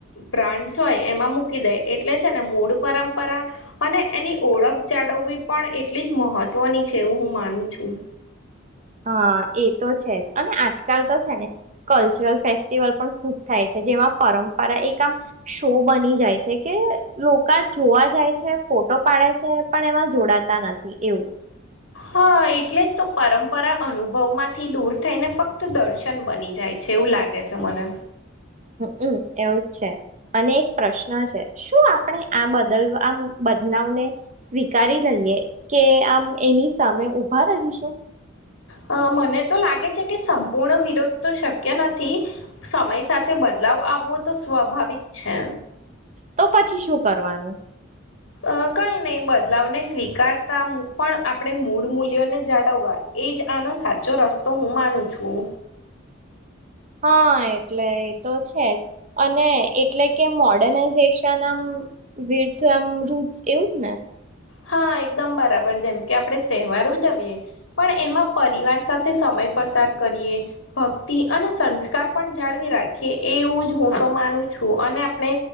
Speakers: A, on the left; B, on the right.
A: બ્રાન્ડ હોય એમાં મૂકી દે એટલે છેને, મૂળ પરંતુ પરંપરા, અને એની ઓળખ જાળવવી પણ એટલી જ મહત્વની છે, એવું હું માનું છું.
B: હા, એ તો છે, જ અને આજકાલ તો છેને, કલ્ચરલ ફેસ્ટિવલ પણ ખુબ થાય છે. જેમાં પરંપરા, એક આમ શો બની જાય છે, કે લોકો જોવા જાય છે. ફોટો પાડે છે, પણ એમાં જોડાતા નથી એવું.
A: હા, એટલે જ તો પરંપરા અનુભવ માંથી દૂર થઈને ફક્ત દર્શન બની જાય છે, એવું લાગે છે, મને
B: હમ, એવુંજ છે, અને એક પ્રશ્ન છે, શું આપણે આ બદલવા બદલાવને સ્વીકારી, લઈએ કે આમ એની સામે ઉભા રહીશું.
A: અ મને તો લાગે છે, કે સંપૂર્ણ વિરોધ તો શક કે નથી સમય સાથે બદલાવ આવવો તો સ્વાભાવિક છે.
B: તો પછી, શું કરવાનું
A: અ કઈ નહી, બદલાવને સ્વીકારતા પણ આપણે મૂળ મૂલ્યોને જાળવવાય. એ જ, આનો સાચો રસ્તો હું માનું છું.
B: હા એટલે એ તો છે જ અને એટલે કે મોડર્નાઈઝેશનમ વીર તો એમ રૂટ એવું જ ને
A: હા એકદમ બરાબર જેમ કે આપણે તહેવાર ઉજવીએ પણ એમાં પરિવાર સાથે સમય પસાર કરીયે ભક્તિ અને સંસ્કાર પણ જાળવી રાખીએ એવું જ હું તો માનું છું. અને આપણે